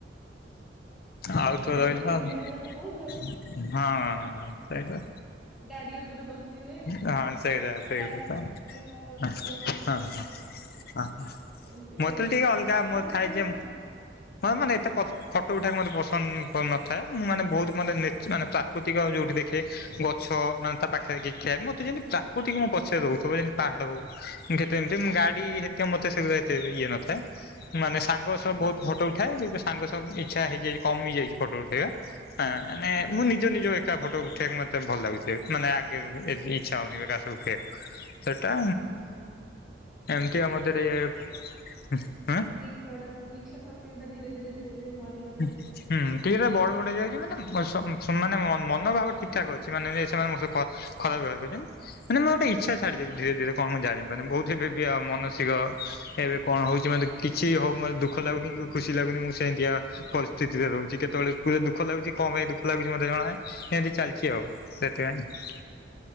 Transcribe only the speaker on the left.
ଆଉଥ
ରହିଲା
ଆ
ହଁ ସେଇତ
ହଁ ସେଇଟା ସେଇଟା
ତ ହଁ
ହଁ ହଁ
ମତେ
ଟିକେ ଅଲଗା
ମୋ
ଥାଏ
ଯେ ମାନେ ଏତେ ଫଟୋ ଉଠେବାକୁ ମୋତେ ପସନ୍ଦ ନ ନଥାଏ, ମୁଁ ମାନେ ବୋହୁତ୍ ମାନେ ନେଚୁ- ପ୍ରାକୃତିକ ଯୋଉଠି ଦେଖେ ଗଛ ମାନେ ତା ପାଖରେ କିଏ ଠିଆ ମତେ ଯେମିତି ପ୍ରାକୃତିକ ମୋ ପଛରେ ରହୁଥିବ, ଯେମିତି ପାହାଡ ହୋଉ କେତେ ଏମିତି ମୁଁ
ଗାଡି ହେରିକା ମତେ ସେଗୁଡ଼ା ଏତେ ଇଏ ନଥାଏ। ମାନେ ସାଙ୍ଗ ସାଙ୍ଗ ସହ
ବୋହୁତ୍ ଫଟୋ ଉଠାଏ। କିନ୍ତୁ ସାଙ୍ଗ ସହ ଇଚ୍ଛା ହେଇଯାଏ କମି ଯାଇଯାଇଛି ଫଟୋ ଉଠେଇବା। ହ ମାନେ
ମୁଁ ନିଜ ନିଜ ଏକା ଫଟୋ ଉଠେଇବାକୁ ମତେ ଭଲ ଲାଗୁଚି ମାନେ ଏବେ ଏ ଇଚ୍ଛା ହୋଉନି କାହା ସହ ଉଠାଇବାକୁ। ସେଟା
ଏମିତି ଆମ ଏ ଟିକେ, ଏ
ଉଁ ହୁଁ। ଟିକେ ହେରା ବଡ଼ ବଡ଼ ହେଇଯାଉଚି ମାନେ ମ ସ ସେମାନେ ମନ ମନଭାବ ଠିକ୍ ଠାକ୍ ଅଛି ମାନେ ଯେ ସେମାନେ ମୋ ସହ କ ଖରାପ ବ୍ୟବହାର କରି ମାନେ ମୁଁ ଆଉ ଗୋଟେ ଇଚ୍ଛା ଛାଡିଯାଉଚି ଧୀରେ ଧୀରେ କଣ ମୁଁ ଜାଣିପାରୁନି ବୌଦ୍ଧିକ ବି ଆଉ ମାନସିକ ଏବେ କଣ ହୋଉଚି ମତେ କିଛି ହୋଉ ମତେ ଦୁଃଖ ଲାଗୁନି କି ଖୁସି ଲାଗୁନି ମୁଁ ସେମତିଆ ପରିସ୍ଥିତିରେ ରହୁଚି କେତେବେଳେ ପୁରା ଦୁଃଖ ଲାଗୁଚି କଣ ମାଇଁ ଦୁଃଖ ଲାଗୁଚି ମତେ ଜଣା ଏମତି ଚାଲଚି ଆଉ। ସେଥି ପାଇଁ